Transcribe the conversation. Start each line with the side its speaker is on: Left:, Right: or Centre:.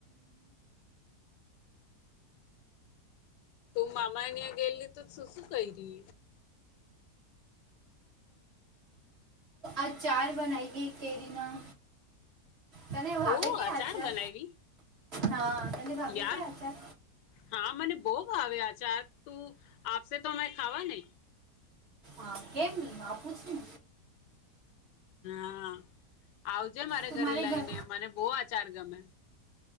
Left: તું મામા અિયાં ગયેલલી તો શું શું કયરી.
Right: અચાર બનાઈ ગઈ કેરીમાં. તને ભાવ
Left: ઓ
Right: કે
Left: અચાર
Right: આચાર
Left: બનાવી
Right: હા તને ભાવ
Left: યાર
Right: કે આચાર.
Left: હા મને બહવ આવે આચાર તું આપશે તો અમે ખાવા નને.
Right: હા કેમ ની આપું શું.
Left: હા. આવજે મારે
Right: તું
Left: ઘરે લઈને
Right: ઘર
Left: મને બહ આ ચાર ગમે.